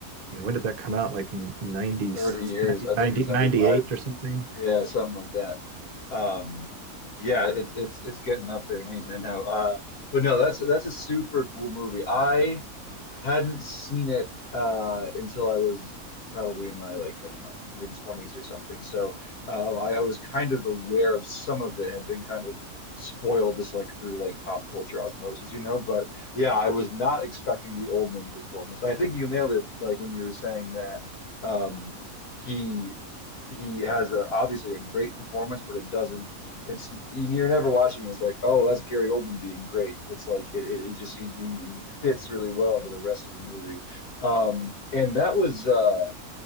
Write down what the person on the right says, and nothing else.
when did that come out like 90,
ninety,
ninety,
ninety-eight or something